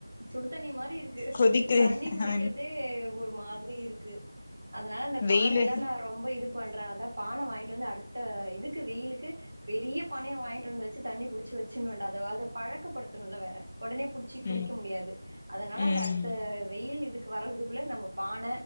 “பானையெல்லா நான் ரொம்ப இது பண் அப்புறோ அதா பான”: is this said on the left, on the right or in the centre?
Right